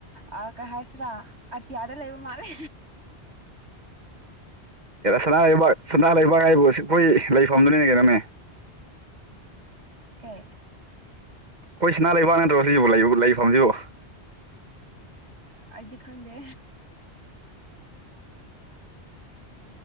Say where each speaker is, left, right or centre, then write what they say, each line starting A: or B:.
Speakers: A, on the right; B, on the right.
A: ꯑꯥ ꯀꯩ ꯍꯥꯏꯁꯤꯔꯥ ꯑꯇꯤꯌꯥꯗ ꯂꯩꯕ ꯃꯥꯂꯦ
B: ꯁꯅꯥꯂꯩꯕꯥꯛ ꯁꯅꯥꯂꯩꯕꯥꯛ ꯍꯥꯏꯕꯨ ꯑꯩꯈꯣꯏ ꯂꯩꯐꯝꯗꯨꯅꯤ ꯀꯩꯅꯣꯅꯦ
A: ꯀꯩ
B: ꯑꯩꯈꯣꯏ ꯁꯅꯥꯂꯩꯕꯥꯛ ꯅꯠꯇ꯭ꯔꯣ ꯁꯤꯕꯨ ꯂꯩ ꯂꯩꯐꯝꯁꯤꯕꯨ
A: ꯑꯩꯗꯤ ꯈꯪꯗꯦ